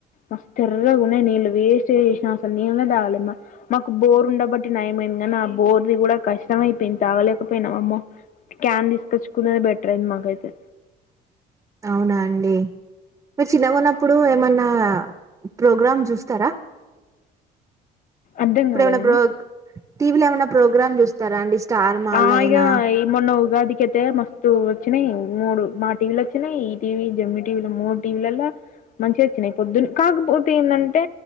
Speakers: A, on the left; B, on the right.
A: మస్తు ఎర్రగా ఉన్నాయి నీళ్ళు వేస్ట్ చేసినా అసలు నీళ్ళే తాగాలే మా మాకు బోర్ ఉండబట్టి నయమైంది గానీ ఆ బోర్ ది కూడా కష్టమయిపోయింది తాగలేకపోయినమ్ అమ్మో క్యాన్ తీసుకొచ్చుకునేది బెటర్ అయింది మాకైతే
B: అవునా అండి మీరు చిన్నగున్నప్పుడు ఏమన్నా ప్రోగ్రామ్ చూస్తారా
A: అర్థం
B: ఇప్పుడేమన్నా
A: కాలేదండి
B: ప్రోగ్ టీవీలో ఏమన్నా ప్రోగ్రామ్ చూస్ స్తారా అండి స్టార్ మా
A: ఆ
B: అయినా
A: ఇగా ఈ మొన్న ఉగాదికైతే మస్తు వచ్చినాయి మూడు మా టీవీలు వచ్చినాయి ఈ టీవీ జెమిని టీవీలో మూడు టీవీలలో మంచిగా వచ్చినాయి పొద్దునా కాకపోతే ఏంటంటే